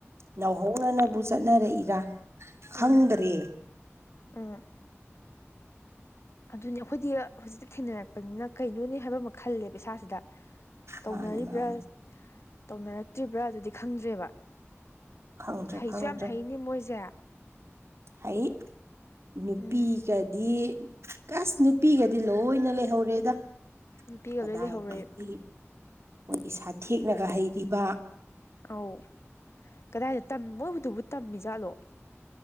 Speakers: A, on the right; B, on the left.
A: ꯅꯧꯍꯧꯅꯅꯕꯨ ꯆꯠꯅꯔꯛꯏꯔꯥ
B: ꯎꯝ
A: ꯈꯪꯗ꯭ꯔꯦ
B: ꯎꯝ ꯑꯗꯨꯅꯤ ꯑꯩꯈꯣꯏꯗꯤ ꯍꯧꯖꯤꯛꯇꯤ ꯊꯦꯡꯅꯔꯛꯄꯅꯤꯅ ꯀꯩꯅꯣꯅꯦ ꯍꯥꯏꯕ ꯑꯃ ꯈꯜꯂꯦꯕ ꯏꯁꯥꯁꯤꯗ
A: ꯃꯥꯅꯤ
B: ꯇꯧꯅꯔꯤꯕ꯭ꯔꯥ
A: ꯃꯥꯅꯤ
B: ꯇꯧꯅꯔꯛꯇ꯭ꯔꯤꯕ꯭ꯔꯥ ꯑꯗꯨꯗꯤ ꯈꯪꯗ꯭ꯔꯦꯕ
A: ꯈꯪꯗ꯭ꯔꯦ
B: ꯍꯩꯁꯨ
A: ꯈꯪꯗ꯭ꯔꯦ
B: ꯌꯥꯝ ꯍꯩꯅꯤ ꯃꯣꯏꯁꯦ
A: ꯍꯥꯏ ꯅꯨꯄꯤꯒꯗꯤ
B: ꯎꯝ
A: ꯀꯁ ꯅꯨ ꯅꯨꯄꯤꯒꯗꯤ ꯂꯣꯏꯅ ꯂꯩꯍꯧꯔꯦꯗ
B: ꯅꯨꯄꯤꯒ
A: ꯀꯗꯥꯏꯗꯒꯤ
B: ꯂꯣꯏ ꯂꯩꯍꯧꯔꯦ
A: ꯃꯣꯏꯒꯤ ꯁꯥꯊꯦꯛꯅꯒ ꯍꯩꯔꯤꯕ
B: ꯑꯧ ꯀꯗꯥꯏꯗꯝ ꯃꯣꯏꯕꯨꯗꯨꯕꯨ ꯇꯝꯃꯤ ꯖꯥꯠꯂꯣ